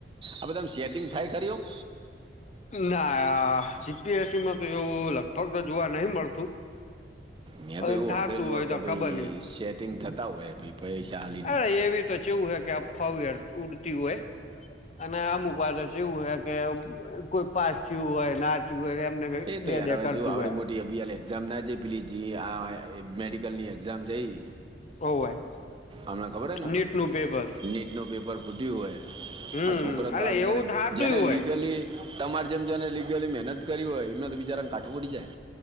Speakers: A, on the right; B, on the left.
A: આપ તમ સેટિંગ થાય કર્યું
B: ના જીપીએસસીમાં તો એવું લગભગ તો જોવા નહીં મળતું
A: મેં
B: પણ
A: તો એવું
B: થતું
A: હંભળેલું
B: હોય તો
A: કે ભાઈ
B: ખબર નઈ
A: સેટિંગ થતા હોય પૈસાલી
B: અરે એવી તો ચવું હે કે અફાવ ઉડતી હોય અને અમુક વાતો છે એવું હો કે કોઈ પાસ થયું હોય ના ય એમને બે
A: એ તો
B: બેે
A: યાર હવે
B: કરતું
A: જો આવડી
B: હોય
A: એક્ઝામ ના જાય પ્લી આ મેડિકલ ની એક્ઝામ જઈ
B: હોવ હોય
A: અમને ખબર હ ને
B: નીટ નું પેપર
A: નીટનું પેપર ફૂટ્યું હોય
B: હમ
A: આ છોકરા
B: એટલે
A: તારું
B: એવું
A: જેને
B: થાતું
A: જેને
B: હોય
A: લીગલી તમારે જેમ જેને લીગલી મહેનત કરી હોય એમને તો બિચારાને કાઠું પડી જાય